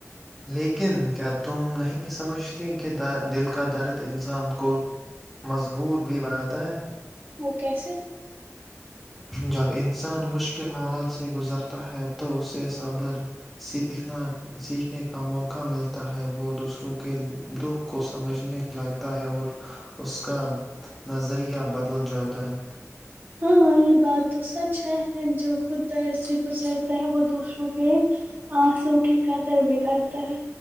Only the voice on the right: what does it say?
وہ کیسے
ہاں یہ بات تو سچ ہے جو خود درد سے گزرتا ہے وہ دوسروں کے آنسوں کی قدر بھی کرتا ہے